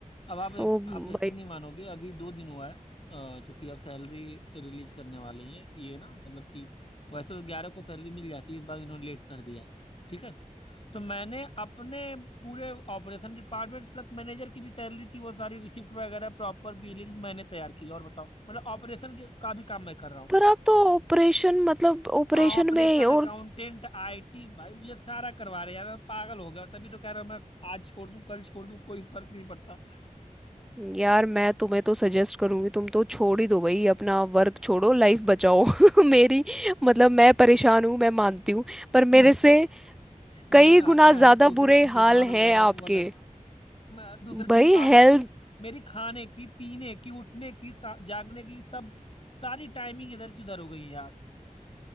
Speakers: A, on the left; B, in the centre.
A: अब आप
B: ओ
A: आप यकीन
B: भाई
A: नहीं मानोगे अभी दो दिन हुआ है अ, चूंकि अब सैलरी रिलीज करने वाले हैं ये ना मतलब कि वैसे तो ग्यारह को सैलरी मिल जाती है इस बार इन्होंने लेट कर दिया है ठीक है तो मैंने अपने पूरे ऑपरेशन डिपार्टमेंट प्लस मैनेजर की भी सैलरी की वो सारी रिसिप्ट वगैरह प्रॉपर बिलिंग मैंने तैयार की है। और बताओ मतलब ऑपरेशन के का भी काम मैं कर रहा हूँ
B: पर आप तो ऑपरेशन मतलब ऑपरेशन
A: हाँ ऑपरेशन
B: में और
A: अकाउंटेंट आईटी भाई मुझे सारा करवा रहे हैं यार मैं पागल हो गया हूँ। तभी तो कह रहा हूँ मैं आज छोड़ दूँ कल छोड़ दूँ कोई फर्क नहीं पड़ता
B: यार मैं तुम्हें तो सजेस्ट करूंगी तुम तो छोड़ ही दो भाई अपना वर्क छोड़ो लाइफ बचाओ <laughs> मेरी मतलब मैं परेशान हूँ मैं मानती हूँ पर
A: <laughs>
B: मेरे
A: मैं
B: से
A: मैं
B: कई
A: हाँ,
B: गुना
A: मैं हर
B: ज्यादा
A: दूसरे
B: बुरे
A: दिन बीमार
B: हाल
A: हो जा
B: हैं
A: रहा
B: आपके
A: हूँ वो अलग मैं हर दूसरे दिन
B: भाई
A: बीमार
B: हेल्थ
A: हो यार मेरे मेरी खाने की पीने की उठने की सा- जागने की सब सारी टाइमिंग इधर की उधर हो गई है यार